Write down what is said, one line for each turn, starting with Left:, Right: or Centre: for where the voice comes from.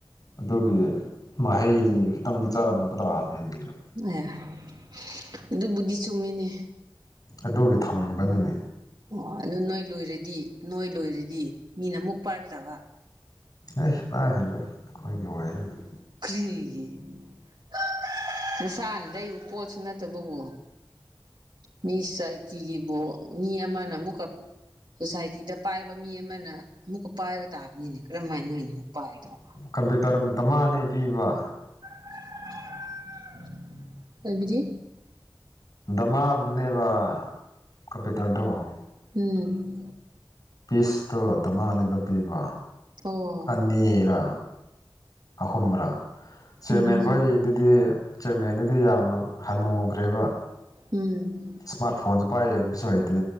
Left: ꯑꯗꯨꯒꯤ ꯃꯍꯩꯗꯤ ꯈꯤꯇꯪꯗꯤ ꯆꯥꯔꯝꯑꯕ ꯇꯥꯕꯅꯤ ꯑꯗꯨꯝ꯫
Right: ꯑꯦ꯫ ꯑꯗꯨꯕꯨꯗꯤ ꯆꯨꯝꯃꯤꯅꯦ꯫
Left: ꯑꯗꯨꯒꯤ ꯊꯝꯕꯅꯤꯅꯦ꯫
Right: ꯑꯣ ꯑꯗꯨ ꯅꯣꯏ ꯂꯣꯏꯔꯗꯤ ꯅꯣꯏ ꯂꯣꯏꯔꯗꯤ ꯃꯤꯅ ꯑꯃꯨꯛ ꯄꯥꯏꯕ ꯇꯥꯕ꯫
Left: ꯑꯦ ꯄꯥꯏꯍꯜꯂꫭꯏ ꯑꯩꯈꯣꯏꯒꯤ ꯑꯣꯏꯔꯅꯤ꯫
Right: ꯈ꯭ꯔꯤꯒꯤ꯫ <unintelligible> <unintelligible> ꯅꯁꯥꯅ ꯂꯩꯕ ꯄꯣꯠꯁꯨ ꯅꯠꯇꯕꯕꯨ ꯃꯤ ꯁꯥꯏ ꯥꯇꯤꯒꯤꯕꯨ ꯃꯤ ꯑꯃꯅ ꯑꯃꯨꯛꯀ ꯁꯣꯁꯥꯏꯇꯤꯗ ꯄꯥꯏꯕ ꯃꯤ ꯑꯃꯅ ꯑꯃꯨꯛꯀ ꯄꯥꯏꯕ ꯇꯥꯕꯅꯤꯅꯦ ꯀꯔꯝꯍꯥꯏꯅ ꯅꯣꯏꯅ ꯑꯃꯨꯛ ꯄꯥꯏꯗꯧꯕ꯫
Left: ꯀꯝꯄ꯭ꯌꯨꯇꯔꯇ ꯃꯥꯟꯅꯩ ꯄꯤꯕ꯫
Right: <unintelligible> ꯍꯥꯏꯕꯗꯤ꯫
Left: ꯗꯃꯥꯝꯅꯦꯕ ꯀꯄꯤꯇꯔꯗꫭ꯫
Right: ꯎꯝ꯫
Left: ꯄꯤꯁꯇꯣ ꯗꯃꯥꯟꯅꯤꯕ ꯄꯤꯕ
Right: ꯑꯣ
Left: ꯑꯅꯤꯔꯥ ꯑꯍꯨꯝꯔꯥ ꯆꯦꯔꯃꯦꯟ
Right: ꯎꯝ
Left: ꯍꯣꯏ ꯗꯨꯗꯤ ꯆꯤꯌꯦꯔꯃꯦꯟꯗꯨꯗꯤ ꯌꯥꯝꯅ ꯍꯟꯅꯨꯒ꯭ꯔꯦꯕ꯫
Right: ꯎꯝ꯫
Left: ꯏꯁꯃꯥꯔ꯭ꯠ ꯐꯣꯟꯁꯨ ꯄꯥꯏ ꯌꯦꯡꯕꯁꯨ ꯍꯩꯇꯦ